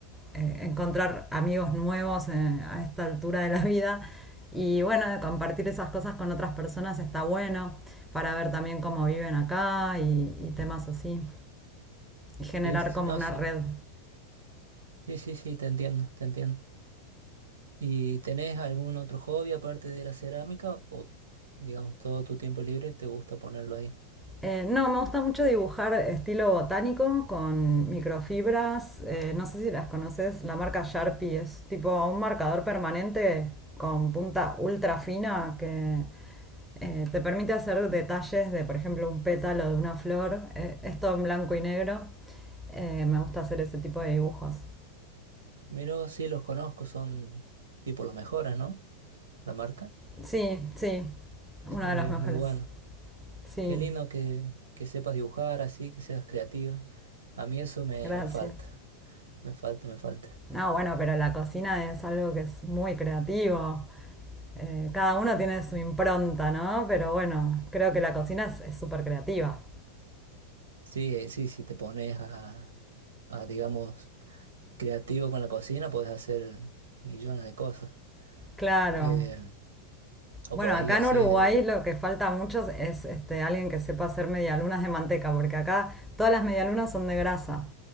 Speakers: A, in the centre; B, on the right (about 70°).
A: eh, encontrar amigos nuevos eh, a esta altura de la vida. Y bueno, de compartir esas cosas con otras personas está bueno para ver también cómo viven acá y, y temas así. Y generar
B: Sí, sí,
A: como
B: no,
A: una
B: sí.
A: red
B: Sí, sí, sí, te entiendo, te entiendo. ¿Y tenés algún otro hobby aparte de la cerámica o, digamos, todo tu tiempo libre te gusta ponerlo ahí?
A: Eh, no, me gusta mucho dibujar estilo botánico con microfibras. eh, no sé si las conoces, la marca Sharpie es tipo un marcador permanente con punta
B: Ah,
A: ultra fina que eh, te permite hacer detalles de, por ejemplo, un pétalo de una flor. eh, es todo en blanco y negro. Eh, me gusta hacer ese tipo de dibujos.
B: Miro, sí, los conozco, son tipo los mejores, ¿no? La marca.
A: Sí, sí,
B: Son
A: una de
B: muy,
A: las mejores.
B: muy buenos.
A: Sí,
B: Qué lindo que, que sepas dibujar así, que seas creativa. A mí eso me,
A: gracias.
B: me falta, me falta, me falta.
A: No, bueno, pero la cocina es algo que es muy creativo. Eh, cada uno tiene su impronta, ¿no? Pero bueno, creo que la cocina es es súper creativa.
B: Sí, eh, sí, si te pones a, a, digamos, creativo con la cocina, puedes hacer millones de cosas.
A: Claro.
B: Eh, o
A: Bueno,
B: por ahí
A: acá
B: hacer...
A: en Uruguay lo que falta mucho es este, alguien que sepa hacer medialunas de manteca, porque acá todas las medialunas son de grasa